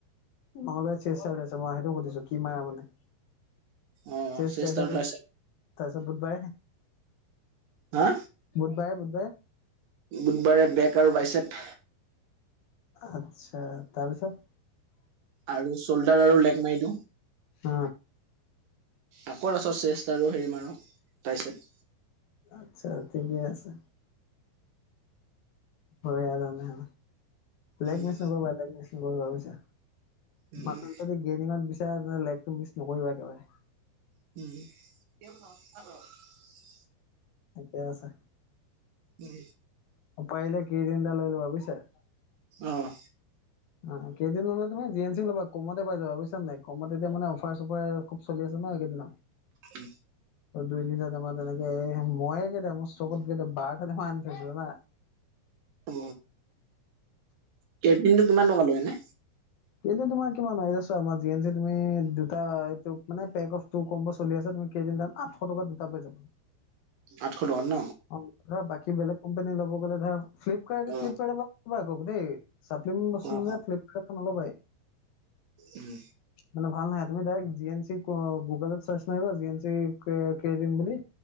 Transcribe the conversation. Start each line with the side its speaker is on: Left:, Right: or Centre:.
Left: মা লগত ব শিলচৰ গৈছে মই সেইটো সুধিছো কি মাৰা মানে
Right: অ
Left: চেছ
Right: চেষ্ট
Left: ছাচাল
Right: আৰু ট্ৰাইচেপ
Left: তাছত বুধবাৰে
Right: হা
Left: বুধবাৰে বুধবাৰে
Right: বুধবাৰে বেক আৰু বাইচট
Left: আচ্ছা তাৰপিছত
Right: আৰু চল্ডাৰ আৰু লেগ মাৰি দিওঁ
Left: হ
Right: আকৌ তাচত চেষ্ট আৰু হেৰি মাৰোঁ টাছট
Left: আচ্ছা ঠিকে আছে হয় নাই লকমিছ
Right: উম
Left: ন কেক মিছ ন কাবছে
Right: উম
Left: মচাল যদি গেমিঙত বিচাৰা তে লেগটো মিছ নকৰিবা একেবাৰে
Right: উম
Left: ঠিকে আছে
Right: উম
Left: আ পাৰিলে কৰিং এটা লৈ লবা বুইছে
Right: অহ
Left: অ কেইদিন ল'লে তুমি জি এন চি ল'বা কমতে পাই যাবা বুইছা নাই কম এতিয়া মানে অফাৰ চফাৰ খুব চলি আছে কিনাজন ন
Right: উম
Left: ত দুই তিনটা তেমা তেনেকে ময়ে কেইটা মোৰ চকত কেই বাৰটাতে আনি থৈছিলো ৰবা
Right: অ কেটিনটো কিমান টকা লয় এনে
Left: সেটো তোমাৰ কিমান আৰু চোৱা জি এন চি তুমি দুটা মানে পেক অফ টু কম্ব চলি আছে তুমি কেইদিনান আঠশ টকা দুটা পাই যাবা
Right: আঠশ টকাত ন
Left: অ ধৰা বাকী বেলেগ কোম্পানী লব গ'লে ধৰা ফ্লিপকাৰ্ট
Right: অ
Left: ফ্লিপকাৰ্ডৰ পৰা অৰ্ডাৰ নকৰিবা আক দেই চাপ্লিম বস্তু
Right: অ',
Left: যে ফ্লিপকাৰ্ট নলবাই
Right: উম
Left: মানে ভাল নহয় তুমি ডাইৰেক্ট জি এম চি গুগলত চাৰ্জ মাৰিবা জি এম চি কেবিন বুলি